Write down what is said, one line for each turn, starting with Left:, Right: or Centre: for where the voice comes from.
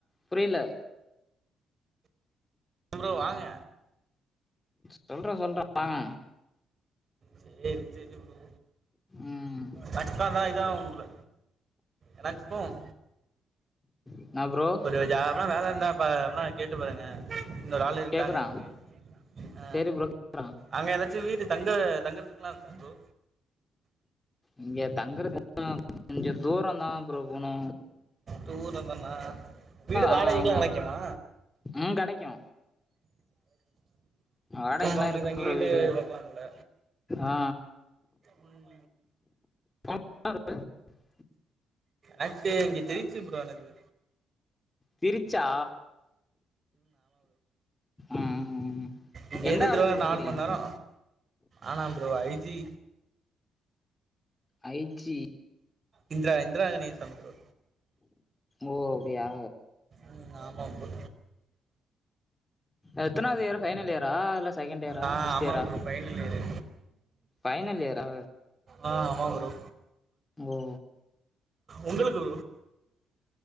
Left: புரியல
Right: ப்ரோ வாங்க
Left: சொல்ற சொல்ற வாங்க
Right: சேரி சேரி ப்ரோ
Left: ம்
Right: தக்காதா இதா உங்கள எனக்கும்
Left: என்னா ப்ரோ
Right: அப்டி ஜாப்னா வேல இருந்த பாரு அப்னா கேட் டு பாருங்க இன்னொரு ஆள் இருக்காங்கன்ட்டு
Left: கேக்குறே
Right: ஆ
Left: சரி ப்ரோ கேக்குறே
Right: அங்க ஏதாச்சு வீடு தங்க தங்கறதுக்கெல்லா இருக்கா ப்ரோ
Left: இங்க தங்கறது எல்லா கொஞ்ச தூரந்தா ப்ரோ போணு
Right: தூரந்தான்னா வீடு வாடகைக்கெல்லா
Left: ஆ ஆமா
Right: கெடைக்குமா
Left: ம் கெடைக்கூ வாடகைக்குல்லா
Right: அப்ப அங்க
Left: இருக்கு
Right: தங்கிட்டு
Left: ப்ரோ வீடு
Right: பாக்கலாம்ல
Left: ஆ
Right: ம்
Left: <inaudible>
Right: அதுசே இங்க தெரிஞ்ச்சு ப்ரோ எனக்கு
Left: பிருச்சா ம்
Right: இங்கெருந்து
Left: எந்த காலேஜ்
Right: திருவா
Left: படிக்கிறீங்க
Right: நாலு மண்நேரோ ஆனா bro IG
Left: I G
Right: Indra Indraganesan bro
Left: ஓ அப்டியா
Right: ம் ஆமா ப்ரோ
Left: எத்தனாவது இயர் ஃபைனல் இயரா இல்ல செகெண்ட் இயரா
Right: ஆ
Left: ஃபர்ஸ்ட்
Right: ஆமா
Left: இயரா
Right: ப்ரோ ஃபைனல் இயரு
Left: ஃபைனல் இயரா
Right: ஆ ஆமா ப்ரோ
Left: ஓ
Right: உங்களுக்கு